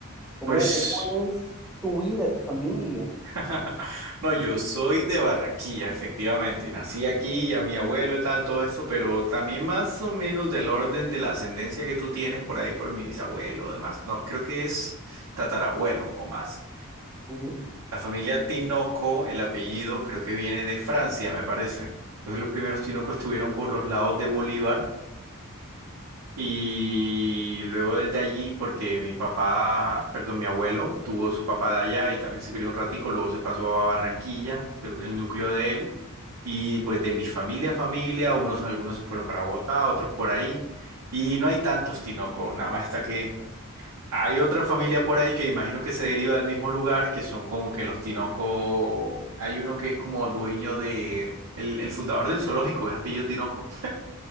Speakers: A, in the centre; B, on the right.
A: ¿Cómo,
B: pues.
A: cómo es tu vida, tu familia?
B: <laughs> No, yo soy de Barranquilla, efectivamente. Nací aquí y a mi abuelo y tal, todo esto, pero también más o menos del orden de la ascendencia que tú tienes por ahí por mi bisabuelo o demás. No, creo que es tatarabuelo o más.
A: Ujú.
B: La familia Tinoco, el apellido, creo que viene de Francia, me parece. Entonces los primeros Tinoco estuvieron por los lados de Bolívar Y luego desde allí, porque mi papá, perdón, mi abuelo tuvo su papá de allá y también se crió un ratico, luego se pasó a Barranquilla, se- el núcleo de él, y pues de mi familia a familia, unos, algunos se fueron para Bogotá, otros por ahí, y no hay tantos Tinoco, nada más está que hay otra familia por ahí que imagino que se deriva del mismo lugar, que son como que los Tinoco, hay uno que es como dueño de, el, el fundador del zoológico, es apellido Tinoco.